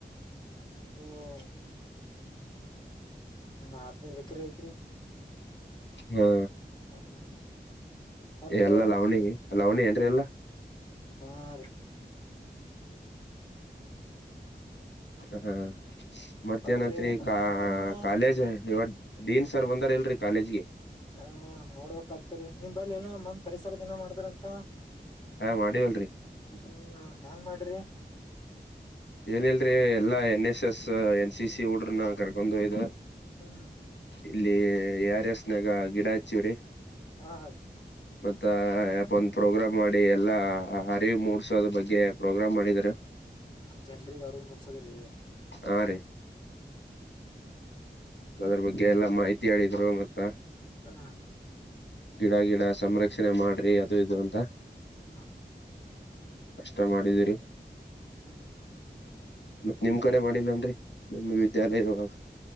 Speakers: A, on the left; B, on the left.
A: ಹ್ಮ್ ಒಂದ ಅದಿನೈದು ಎಕರೆ ಐತ್ರಿ
B: ಹಾ
A: ಹ್ಮ್ ಮತ್ರಿ
B: ಎಲ್ಲ ಲವಣಿ ಲವಣಿ ಏನ್ರಿ ಎಲ್ಲಾ
A: ಹಾ ರೀ
B: ಹಾ ಮತ್ತೇನೈತ್ರಿ
A: ಮತ್ರಿ
B: ಕ
A: ಬಂದು
B: ಕಾಲೇಜ್
A: ನಿಮ್
B: ಡೀನ್ ಸರ್ ಬಂದಾರ ಎಲ್ರಿ ಕಾಲೇಜ್ಗೆ
A: ಹ ನೋಡ್ಬೇಕಕ್ ಆಗ್ತರಿ ನಿಮಲ್ಲಿ ಏನೋ ಮನ್ ಪರಿಸರದ ದಿನ ಮಾಡಿದ್ರ ಅಂತ
B: ಹಾ ಮಾಡೀವಲ್ರರಿ
A: ಹ್ಮ್ ಹೆ್ಯಾಂಗ್ ಮಾಡ್ರಿ
B: ಏನಲ್ರಿ ಎಲ್ಲಾ N S S N C C ಹುಡುಗರನ್ನ ಕರ್ಕೊಂಡು ಹೋಗಿದ್ರು
A: ಹ್ಮ್
B: ಇಲ್ಲಿ ಯಾರ ಎಸ್ನಾಗ ಗಿಡ ಹಚ್ಚಿರಿ
A: ಹಾ ಹಾ
B: ಮತ್ತ ಯಪ ಒಂದ ಪ್ರೋಗ್ರಾಮ್ ಮಾಡಿ ಎಲ್ಲಾ ಅರಿವು ಮೂಡಸೋದ್ ಬಗ್ಗೆ ಪ್ರೋಗ್ರಾಮ್ ಮಾಡಿದ್ರ
A: ಹ್ಮ ಜನ್ರಿಗೆ ಅರಿವು ಮೂಡ್ಸೋದ್ರ
B: ಹಾ ರೀ ಅದ್ರ ಬಗ್ಗೆ ಎಲ್ಲಾ ಮಾಹಿತಿ ಹೇಳಿದ್ರು ಮತ್ತ
A: ಹಾ
B: ಗಿಡ ಗಿಡ ಸಂರಕ್ಷಣೆ ಮಾಡ್ರಿ ಅದು ಇದು ಅಂತ
A: ಹ್ಮ
B: ಅಷ್ಟ ಮಾಡಿದೀರಿ
A: ಹ್ಮ
B: ಮತ್ತತ್ ನಿಮ್ ಕಡೆ ಮಾಡಿಲ್ಲಾನ್ರರಿ ನಿಮ್ ವಿದ್ಯಾಲಯದೊಳಗ